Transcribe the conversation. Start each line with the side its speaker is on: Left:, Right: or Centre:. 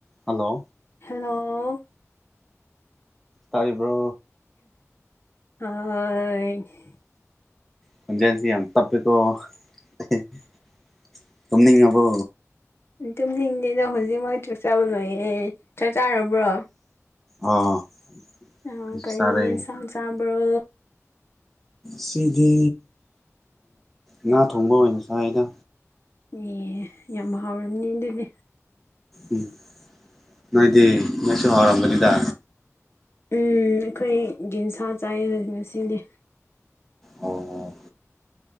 Centre: Hello
Left: <unintelligible> hello
Centre: ꯇꯥꯔꯤꯕ꯭ꯔꯣ
Left: <unintelligible>
Centre: ꯈꯣꯟꯖꯦꯜꯁꯦ ꯌꯥꯝ ꯇꯞꯄꯦꯀꯣ <unintelligible> ꯇꯨꯝꯅꯤꯡꯉꯕꯣ
Left: ꯇꯨꯝꯅꯤꯡꯗꯦꯅ ꯍꯧꯖꯤꯛꯋꯥꯏ ꯆꯥꯛ ꯆꯕ ꯂꯣꯏꯌꯦ ꯆꯥꯛ ꯆꯔꯕ꯭ꯔꯣ
Centre: ꯑꯥ
Left: ꯑ
Centre: ꯑꯩꯁꯨ
Left: ꯀꯔꯤ
Centre: ꯆꯥꯔꯦ
Left: ꯏꯟꯁꯥꯡ ꯆꯥꯕ꯭ꯔꯣ
Centre: ꯁꯤꯗꯤ ꯉꯥ ꯊꯣꯡꯕ ꯑꯣꯏꯅ ꯆꯥꯏꯗ
Left: ꯑꯦ ꯌꯥꯝ ꯍꯥꯎꯔꯝꯅꯤ ꯑꯗꯨꯅꯦ
Centre: ꯎꯝ ꯅꯣꯏꯗꯤ ꯅꯣꯏꯁꯨ ꯍꯥꯎꯔꯝꯒꯅꯤꯗ
Left: ꯎ ꯑꯩꯈꯣꯏ ꯖꯤꯟꯁꯥ ꯆꯥꯏ ꯉꯁꯤꯗꯤ
Centre: ꯑꯣ